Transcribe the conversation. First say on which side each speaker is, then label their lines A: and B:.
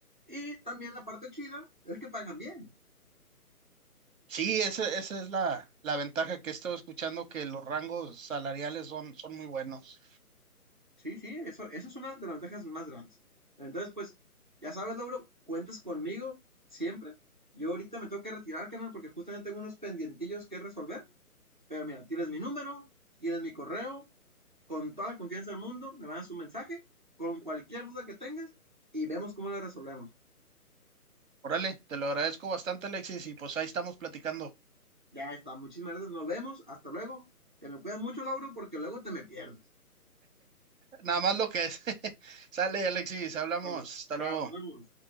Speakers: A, on the right; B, on the right.
A: Y también la parte chida es que pagan bien.
B: Sí, esa, esa es la, la ventaja que he estado escuchando, que los rangos salariales son, son muy buenos.
A: Sí, sí, eso, eso es una de las ventajas más grandes. Entonces, pues, ya sabes, Lauro, cuentas conmigo siempre. Yo ahorita me tengo que retirar, canal, porque justamente tengo unos pendientillos que resolver. Pero mira, tienes mi número, tienes mi correo, con toda la confianza del mundo, me mandas un mensaje con cualquier duda que tengas y vemos cómo la resolvemos.
B: Órale, te lo agradezco bastante, Alexis, y pues ahí estamos platicando.
A: Ya está, muchísimas gracias, nos vemos, hasta luego. Te me cuidas mucho, Lauro, porque luego te me pierdes.
B: Nada más lo que es. <laughs> Sale, Alexis, hablamos.
A: Vale,
B: Hasta
A: chao,
B: luego.
A: nos vemos.